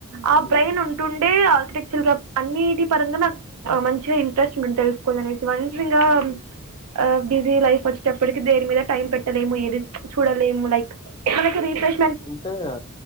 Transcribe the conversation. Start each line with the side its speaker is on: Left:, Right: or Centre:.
Right: ఆ
Left: హ్మ్
Right: బ్రెయిన్ ఉంటుండే ఆర్కిటెక్చర్ గా అన్నిటి పరంగా నాకు మంచిగా ఇంట్రెస్ట్ ఉంది తెలుసుకోవాలి అనేసి వన్స్ ఇంగా
Left: హ్మ్
Right: ఆ బిజీ లైఫ్ వచ్చేటప్పటికి దేని మీద టైం పెట్టలేము, ఏది చూడలేము, లైక్ మనకి రీఫ్రెష్
Left: ఉంటదిగా